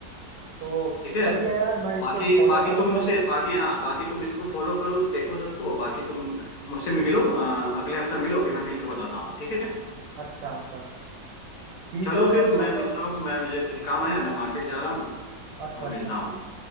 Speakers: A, on the right (about 70°); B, on the left (about 65°).
A: तो
B: ठीक है
A: सही है यार मैं इसको
B: बाकी
A: फॉलो
B: बाकी
A: करूंगा
B: तुम मुझसे बाकी हाँ बाकी तुम इसको फॉलो करो देखो सबको बाकी तुम मुझसे मिलो अ, अगले हफ्ता मिलो फिर मैं मिल के बताता हूँ ठीक है
A: अच्छा अच्छा ठीक
B: चलो
A: है
B: फिर
A: तो अब
B: मैं
A: मतलब
B: मिलता हूँ मैं मुझे कुछ काम है मैं मार्केट जा रहा हूँ
A: अच्छा
B: तो
A: अच्छा
B: मिलता हूँ तो